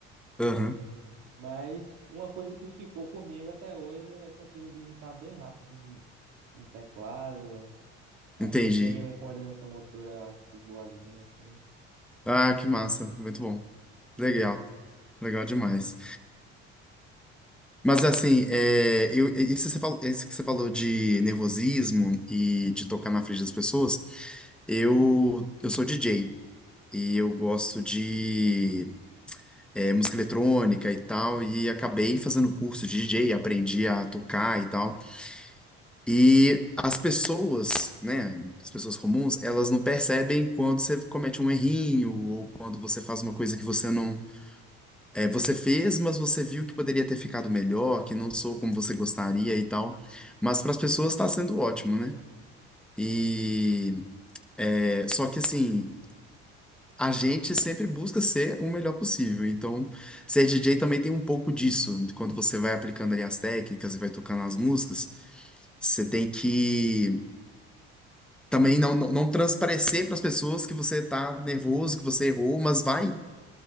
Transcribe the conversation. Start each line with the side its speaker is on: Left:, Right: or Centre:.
Centre: Aham.
Right: Mas uma coisa que ficou comigo até hoje, é eu consigo digitar bem rápido no no teclado. Acho
Centre: Entendi.
Right: que eu tenho coordenação motora, acho que boazinha, assim.
Centre: Ah, que massa, muito bom.
Right: E,
Centre: Legal, legal demais. Mas assim, é, eu, é, isso, que você falou, isso que você falou de nervosismo e de tocar na frente das pessoas, eu, eu sou DJ e eu gosto de é, música eletrônica e tal, e acabei fazendo curso de DJ, aprendi a tocar e tal. E as pessoas, né, as pessoas comuns, elas não percebem quando você comete um errinho ou quando você faz uma coisa que você não É, você fez, mas você viu que poderia ter ficado melhor, que não sou como você gostaria e tal. Mas para as pessoas está sendo ótimo, né? E é, só que assim, a gente sempre busca ser o melhor possível. Então, ser DJ também tem um pouco disso. Quando você vai aplicando ali as técnicas e vai tocando as músicas, você tem que também não, não, não transparecer para as pessoas que você tá nervoso, que você errou, mas vai